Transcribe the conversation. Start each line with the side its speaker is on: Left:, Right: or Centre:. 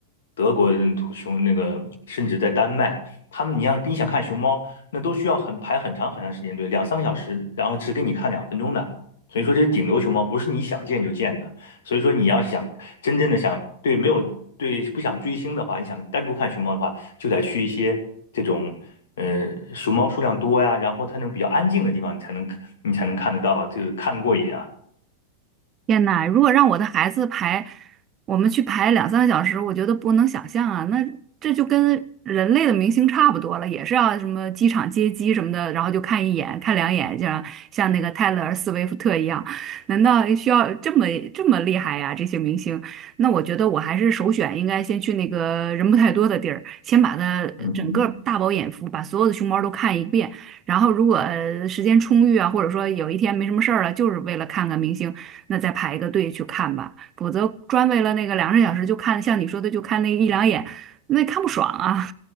Left: 德国人图熊那个甚至在丹麦。他们，你像你想看熊猫，那都需要很排很长很长时间队，两三个小时，然后只给你看两分钟的。所以说，这是顶流熊猫不是你想见就见的。所以说，你要想真正的想对没有对不想追星的话，你想单独看熊猫的话，就得去一些这种呃熊猫数量多呀，然后它那种比较安静的地方，你才能你才能看得到，就是看过瘾啊。
Right: 天呐，如果让我的孩子排，我们去排两三个小时，我觉得不能想象啊。那这就跟人类的明星差不多了，也是要什么机场接机什么的，然后就看一眼、看两眼，就像像那个泰勒·斯威夫特一样。难道需要这么这么厉害呀、这些明星，那我觉得我还是首选应该先去那个人不太多的地儿，先把它整个大饱眼福，
Left: 嗯，
Right: 把所有的熊猫都看一遍。然后如果呃时间充裕啊，或者说有一天没什么事儿了，就是为了看看明星，那再排一个队去看吧。否则专为了那个两个小时就看，像你说的就看那一两眼，那看不爽啊。